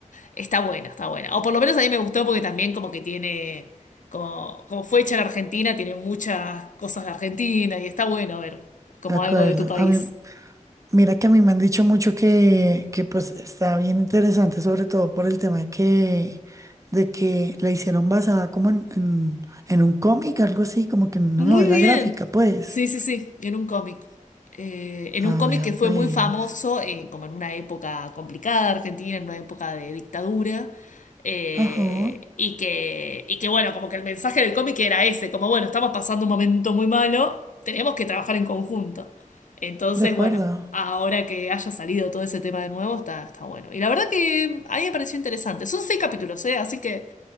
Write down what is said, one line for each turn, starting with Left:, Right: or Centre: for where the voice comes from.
Left: está buena, está buena. O por lo menos a mí me gustó porque también como que tiene, como, como fue hecha en Argentina, tiene muchas cosas de Argentina y está bueno ver como
Right: De acuerdo.
Left: algo de tu país.
Right: A mí. Mira que a mí me han dicho mucho que, que pues está bien interesante, sobre todo por el tema de que, de que la hicieron basada como en, en, en un cómic, algo así, como que en
Left: Muy
Right: una novela
Left: bien.
Right: gráfica, pues.
Left: Sí, sí, sí, en un cómic. Eh, en
Right: Ah,
Left: un cómic
Right: vea,
Left: que
Right: pues.
Left: fue muy famoso, eh, como en una época complicada de Argentina, en una época de dictadura, eh,
Right: Ajá,
Left: y que, y que bueno, como que el mensaje del cómic era ese, como bueno, estamos pasando un momento muy malo, tenemos que trabajar en conjunto. Entonces,
Right: de acuerdo.
Left: bueno, ahora que haya salido todo ese tema de nuevo, está, está bueno. Y la verdad que ahí me pareció interesante. Son seis capítulos, ¿eh? Así que